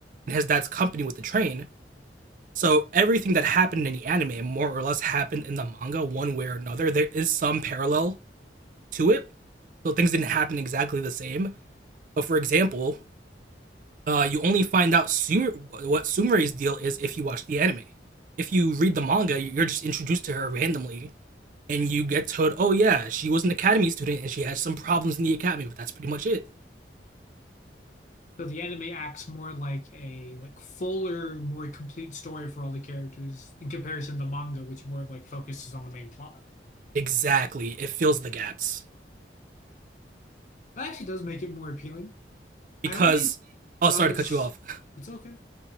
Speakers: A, on the right; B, on the left.
A: and his dad's company with the train. So everything that happened in the anime more or less happened in the manga one way or another. There is some parallel to it. So things didn't happen exactly the same. But for example, uh, you only find out Sumer, what Sumere's deal is if you watch the anime. If you read the manga, you're just introduced to her randomly, and you get told, "Oh yeah, she was an academy student and she had some problems in the academy," but that's pretty much it.
B: So the anime acts more like a like fuller, more complete story for all the characters in comparison to the manga, which more of like focuses on the main plot.
A: Exactly, it fills the gaps
B: That actually does make it more appealing.
A: because.
B: I only
A: Oh,
B: got
A: sorry
B: as
A: to cut you off. <laughs>
B: it's okay.